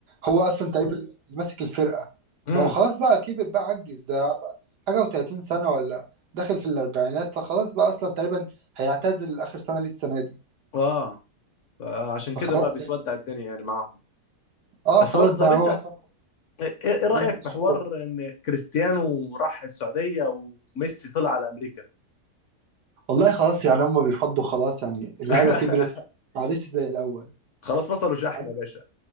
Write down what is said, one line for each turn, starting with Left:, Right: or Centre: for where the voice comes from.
Right: هو اصلا تقريبا اللي ماسك الفرقه
Left: امم
Right: ما هو خلاص بقى كبر بقى عجز ده حاجه و30 سنه ولا داخل في الاربعينات فخلاص بقى اصلا تقريبا هيعتزل اخر سنه ليه السنه دي
Left: اه فعشان
Right: فخلاص
Left: كده بقى بتودع الدنيا يعني معاهم
Right: اه
Left: بس
Right: خلاص
Left: برضه
Right: بقى
Left: طب
Right: يعني
Left: انت
Right: هو مثلا
Left: ايه إيه رأيك
Right: بينزل الشوط
Left: في حوار ان كريستيانو راح السعودية وميسي طلع على امريكا
Right: والله خلاص يعني هم بيفضوا خلاص يعني اللعيبه
Left: <laughs>
Right: كبرت ما عادش زي الاول
Left: خلاص فصلوا شحن
Right: عاد-
Left: يا باشا